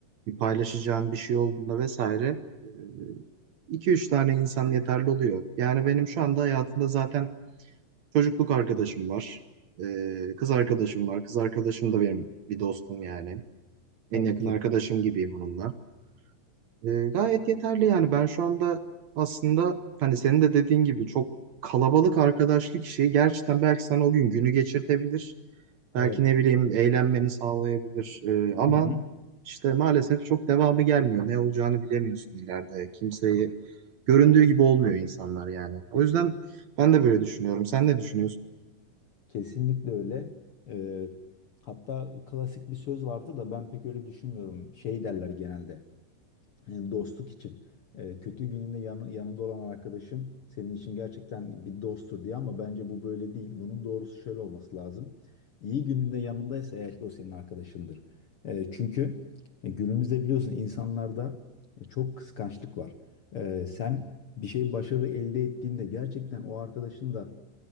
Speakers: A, on the right; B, on the left.
A: bir paylaşacağın bir şey olduğunda vesaire e, 2-3 tane insan yeterli oluyor. Yani benim şu anda hayatımda zaten çocukluk arkadaşım var. E, kız arkadaşım var. Kız arkadaşım da benim bir dostum yani.
B: Tabii
A: En yakın
B: ki.
A: arkadaşım gibiyim onunla. E, gayet yeterli yani ben şu anda aslında hani senin de dediğin gibi çok kalabalık arkadaşlık işi gerçekten belki sana o gün günü geçirtebilir.
B: Evet.
A: Belki ne bileyim eğlenmeni sağlayabilir. E, ama
B: Hı hı.
A: işte maalesef çok devamı gelmiyor. Ne olacağını bilemiyorsun ileride. Kimseyi göründüğü gibi olmuyor insanlar yani. O
B: Ke-
A: yüzden ben de böyle düşünüyorum. Sen ne düşünüyorsun?
B: Kesinlikle öyle. Ee, hatta klasik bir söz vardı da ben pek öyle düşünmüyorum. Şey derler genelde e, dostluk için. Ee, kötü gününde yanı, yanında olan arkadaşın senin için gerçekten bir dosttur diye ama bence bu böyle değil. Bunun doğrusu şöyle olması lazım. İyi gününde yanındaysa eğer ki o senin arkadaşındır. Ee, çünkü e, günümüzde biliyorsun insanlarda e, çok kıskançlık var. Ee, sen bir şey başarı elde ettiğinde gerçekten o arkadaşın da